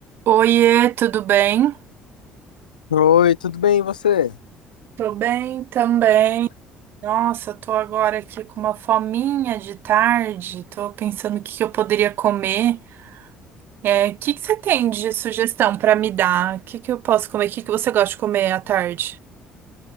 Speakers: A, on the right (about 50°); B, on the left (about 85°).
A: Oiê, tudo bem?
B: Oi, tudo bem, e você?
A: Tô bem também. Nossa, tô agora aqui com uma fominha de tarde. Tô pensando o que que eu poderia comer. É, o que que você tem de sugestão pra me dar? O que que eu posso comer? O que que você gosta de comer à tarde?